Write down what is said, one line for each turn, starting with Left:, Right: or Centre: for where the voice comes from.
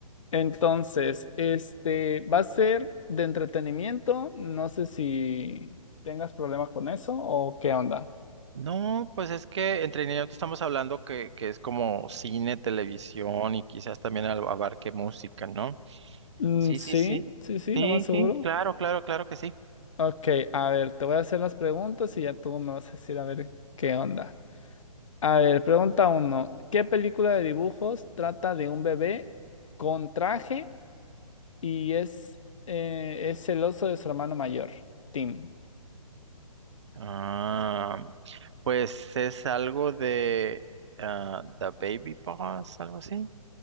Left: Entonces, este va a ser de entretenimiento. No sé si tengas problemas con eso o qué onda.
Right: No, pues es que entre entretenimiento estamos hablando que, que es como cine, televisión y quizás también al- abarque música, ¿no?
Left: Mm,
Right: Sí,
Left: sí,
Right: sí, sí.
Left: sí, sí,
Right: Sí,
Left: lo más seguro.
Right: sí, claro, claro, claro que sí.
Left: Ok, a ver, te voy a hacer las preguntas y ya tú me vas a decir a ver qué onda. A ver, pregunta uno. ¿Qué película de dibujos trata de un bebé con traje y es, eh, es celoso de su hermano mayor, Tim?
Right: Ah, pues es algo de ah, The Baby Boss, algo así.